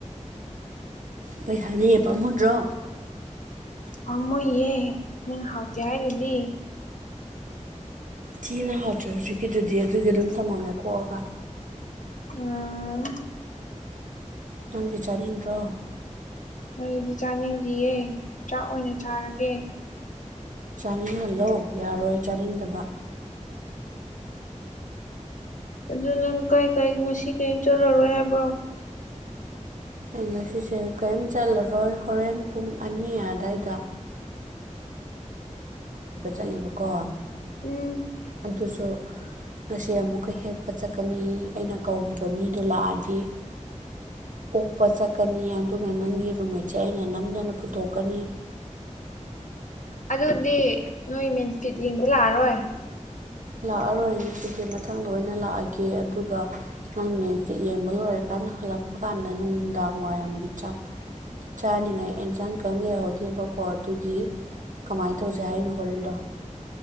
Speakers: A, on the right (about 80°); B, on the left (about 80°).
A: ꯄꯩꯁꯥꯅꯦꯦꯕꯃꯨꯗ꯭ꯔꯣ
B: ꯐꯝꯃꯨꯌꯦꯦ ꯅꯪ ꯍꯥꯎꯇꯦ ꯍꯥꯏꯗꯦꯗꯤ
A: ꯊꯤꯅ ꯍꯥꯎꯗ꯭ꯔꯦ ꯍꯧꯖꯤꯛꯀꯤꯗꯨꯗꯤ ꯑꯗꯨꯒꯤ ꯑꯗꯨꯝ ꯊꯝꯃꯝꯃꯦ ꯀꯣꯛꯑꯒ
B: ꯎꯝ
A: ꯅꯪꯕꯤ ꯆꯥꯅꯤꯝ ꯔ
B: ꯃꯗꯤ ꯆꯥꯅꯤꯡꯗ꯭ꯌꯦ ꯆꯥꯛ ꯑꯣꯏꯅ ꯆꯥꯔꯒꯦ
A: ꯆꯥꯅꯤꯡꯍꯜꯂꯣ ꯌꯥꯔꯣꯏ ꯆꯥꯅꯤꯡꯗꯕ
B: ꯑꯗꯨ ꯅꯪ ꯀꯥꯏ ꯀꯥꯏ ꯉꯁꯤ ꯀꯔꯤꯝ ꯆꯠꯂꯔꯣꯏ ꯍꯥꯏꯕ꯭ꯔꯣ
A: ꯑꯩ ꯉꯁꯤꯁꯦ ꯀꯔꯤꯝ ꯆꯜꯂꯔꯣꯏ ꯍꯣꯔꯦꯟ ꯄꯨꯡ ꯑꯅꯤ ꯑꯗꯨꯋꯥꯏꯗ ꯆꯠꯂꯦꯕꯀꯣ
B: ꯎꯝ
A: ꯑꯗꯨꯁꯨ ꯉꯁꯤ ꯑꯃꯨꯛꯀ ꯍꯦꯛ ꯄꯠ ꯆꯠꯀꯅꯤ ꯑꯩꯅ ꯀꯧꯈꯤꯕ ꯃꯤꯗꯣ ꯂꯥꯛꯑꯗꯤ ꯀꯛꯄ ꯆꯠꯀꯅꯤ ꯑꯗꯨꯒ ꯅꯪꯒꯤ ꯔꯨꯝꯃꯦꯠꯁꯦ ꯑꯩꯅ ꯅꯝꯗꯅ ꯄꯨꯊꯣꯛꯀꯅꯤ
B: ꯑꯗꯨꯗꯤ ꯅꯣꯏ ꯃꯦꯟꯁꯤꯠ ꯌꯦꯡꯕ ꯂꯥꯛꯑꯔꯣꯏ
A: ꯂꯥꯛꯑꯔꯣꯏꯅꯦ ꯁꯤꯗꯤ ꯃꯊꯪꯗ ꯑꯣꯏꯅ ꯂꯥꯛꯑꯒꯦ ꯑꯗꯨꯒ ꯅꯪ ꯃꯦꯟꯁ ꯌꯦꯡꯕ ꯂꯣꯏꯔ ꯀꯥꯟ ꯀꯟꯅ ꯍꯜꯂꯛꯄ ꯀꯥꯟꯗ ꯅꯨꯡꯗꯥꯡ ꯋꯥꯏꯔꯝꯒꯤ ꯆꯥꯛ ꯆꯥꯅꯤꯉꯥꯏ ꯑꯦꯟꯁꯥꯡ ꯀꯩꯝ ꯂꯩꯍꯧꯗꯦꯕꯀꯣ ꯑꯗꯨꯒꯤ ꯀꯃꯥꯏꯅ ꯇꯧꯁꯤꯦ ꯍꯥꯏꯅꯣ ꯍꯣꯔꯦꯟꯗꯣ